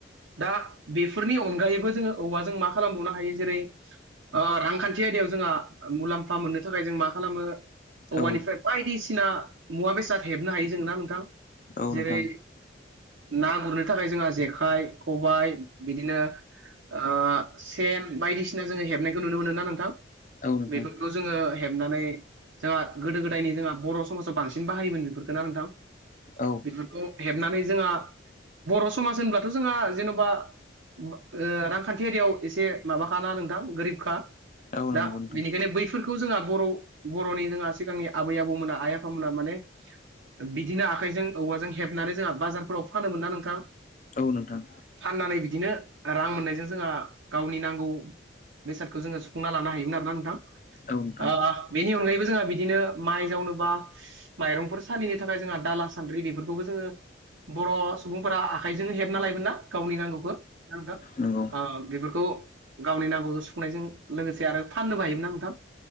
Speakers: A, on the right (about 85°); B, on the left (about 40°).
A: दा बेफोरनि अनगायैबो जोङो औवाजों मा खालामबावनो हायो जेरै ओ रांखान्थि आयदायाव जोंहा मुलाम्फा मोननो थाखाय जों मा खालामो औवानिफ्राय
B: औ
A: बायदिसिना। सिना मुवा बेसाद हेबनो हायो जों ना नोंथां
B: औ
A: जेरै
B: नोंथां
A: ना गुरनो। थाखाय जोंहा जेखाइ खबाय बिदिनो ओ सेन बायदिसिना जोङो हेबनायखौ नुनो मोनो ना नोंथां।
B: औ नोंथां
A: बेफोरखौ जोङो हेब नानै जोंहा गोदो गोदायनि जोंहा बर' समाजाव बांसिन बाहायोमोन बेफोरफोरखौ ना नोंथां।
B: औ
A: बेफोरखौ हेबनानै जोंहा बर' समाज होनब्लाथ' जोंहा जेन'बा ओ रांखान्थि‌ आयदायाव एसे माबाखाना नोंथां गोरिबखा।
B: नंगौ
A: दा
B: नोंथां
A: बेनिखायनो बैफोरखौ बेखौ जोंहा बर' बर'नि जोंहा सिगांनि आबै आबौमोना आइ आफामोना माने बिदिनो आखाइजों औवाजों हेबनानै जोंहा बाजारफोराव फानोमोनना नोंथां।
B: औ नोंथां।
A: फाननानै बिदिनो रां मोननायजों जोंहा गावनि नांगौ बेसादखौ जोङो सुफुंना लानो हायोमोन आरोना।
B: औ नोंथां
A: ओ बेनि अनगायै। जोंहा बिदिनो माइ जावनोबा माइरंफोर सालिनो थाखाय जोंहा दाला सान्द्रि बेफोरखौबो जोङो। बर' सुबुंफोरा आखाइजोंनो हेबना लायोमोन ना गावनि नांगौखौ ना नोंथां।
B: नंगौ
A: ओ बेफोरखौ गावनि नांगौखौ सुफुंनायजों लोगोसे आरो फाननोबो हायो। <unintelligible> थां।